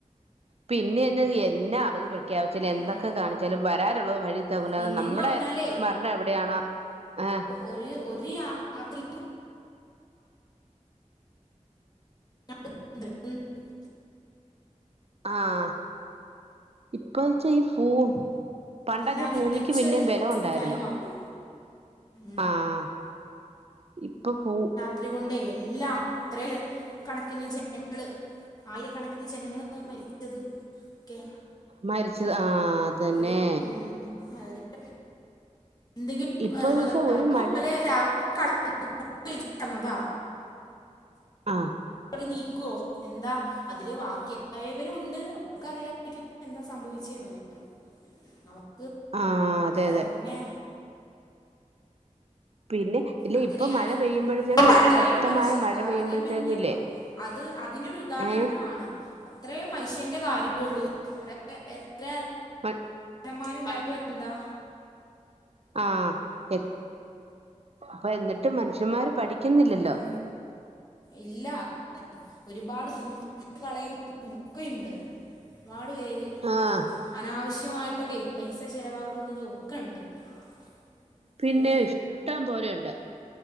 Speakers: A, on the right; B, on the left.
A: പിന്ന്യെന്നാ എന്നി അവധി പ്ര ഖ്യാപിച്ചാലും എന്തൊക്കെ
B: ആ
A: കാണിച്ചാലും വരാനൊള്ളത് വഴി തങ്ങൂലാന്ന്
B: പിന്നെന്ന്
A: നമ്മുടെ
B: പറഞ്ഞാലേ
A: മര്ണം എവ്ടെയാണോ ആഹ്
B: ഒര് ഒര് യാ രാത്രി <unintelligible>
A: ആഹ് ഇപ്പച്ചാ ഈ ഫൂ പണ്ടൊക്കെ
B: എല്ലാം
A: ഫൂമിക്ക്
B: മികച്ചൊരു
A: പിന്നേം ബലം
B: അവസ്ഥയായി
A: ഒണ്ടായിര്ന്നു
B: മാറി ഉം,
A: ആഹ് ഇപ്പ ഫൂ
B: ത്രി കൊണ്ടെ എല്ല ത്രേ കണക്കിന് ജനങ്ങള് ആയിരക്കണക്കിന് ജനങ്ങള് മരിച്ചതും ഒക്കെ
A: മരിച്ച ആഹ് അതന്നെ
B: ഒക്കെരു ഉം അവര്ക് എന്തെങ്കി <unintelligible>
A: ഇപ്പൊന്ന് വെച്ചാ ഒരു
B: പോലെ
A: മഴ
B: രാ <unintelligible>
A: ആഹ്
B: നീക്കൊ എന്താ അതില് വാക്യായവരു ഉണ്ട് അവർക്കറ്യായിരിക്കും എന്താ സംഭവിച്ചേന്നു <unintelligible>
A: ആഹ് അതെയതെ
B: ഏഹ്, പിന്നെ
A: പിന്നെ ഇല്ല
B: അങ്ങനെയാണ്
A: ഇപ്പൊ മഴ പെയ്യുമ്പോഴത്തേക്കും
B: <unintelligible>
A: ഒരു ശക്തമായ
B: മനുഷ്യൻ
A: മഴ
B: കാര്യമെന്നെ
A: പെയ്യുമ്പോഴത്തേക്കും ഇല്ലേ
B: പ അത് അതിനൊരു ഉദാഹരണവാണ്
A: ഏഹ്
B: അത്രേ മനുഷ്യന്റെ കാര്യൊള്ളൂ അവിടെ <unintelligible> എത്ര
A: മ
B: മ്മാര്ണ്ടായിട്ട്വെന്താ
A: ആഹ് എ പ്പ എന്നിട്ടും മൻഷ്യമ്മാര് പഠിക്കുന്നില്ലല്ലൊ
B: ഉം ഇല്ല അ ഒരുപാട് ദൂർത്തടിച്ചു കളയുന്നുമൊക്കെയുണ്ട് പാടുപേര്
A: ആഹ്
B: അനാവശ്യമായിട്ടൊക്കെ പൈസ ചെലവാക്കു ന്നതും ഒക്കെണ്ട് എത്രേ
A: പിന്നെ ഇഷ്ടം പോലെയൊണ്ട്